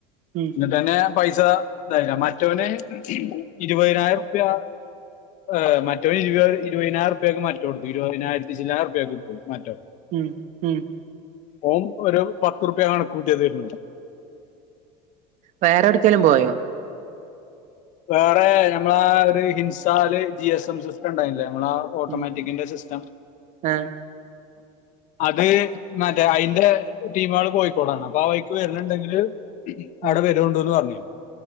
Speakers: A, on the right (about 45°); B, on the left (about 45°).
A: ഉം
B: ടനെ പൈസ ഇതായില്ല മറ്റവന് ഇരുപതിനായിരം ർപ്യ ങ് മറ്റൊ ഇരുപത് ഇരുപതിനായിപൊക്കെ മറ്റ കൊടുത്തു ഇരുപതിനായിരത്തി ചിലാറ്പയൊക്കെ എടുത്ത് മറ്റോ
A: ഉം ഉം
B: ഓർ ഒരു പത്ത് ർപ്യ കണക്ക് കൂട്ടിതയ്നു
A: വേറെ എവിടുക്കേലും പോയോ?
B: വേറെ ഞമ്മളാ ഒരു ഹിൻസാല് ജി എസ് എം സിസ്റ്റം ഉണ്ടായില്ലേ നമ്മളാ ഓട്ടോമാറ്റിക്കിന്റെ
A: ഉം
B: സിസ്റ്റം
A: ആഹ്
B: അത് മറ്റേ അതിന്റെ ടീംമാള് കോഴിക്കോടാണ് അപ്പൊ ആഹ് വയ്ക്ക് വര്ണുണ്ടെങ്കില് അവിടെ
A: ഉം
B: വരോണ്ടുന്ന് പറഞ്ഞിന്നു